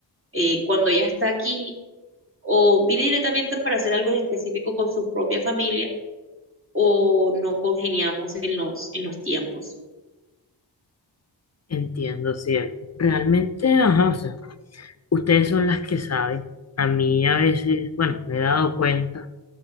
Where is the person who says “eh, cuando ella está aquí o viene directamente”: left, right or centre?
Right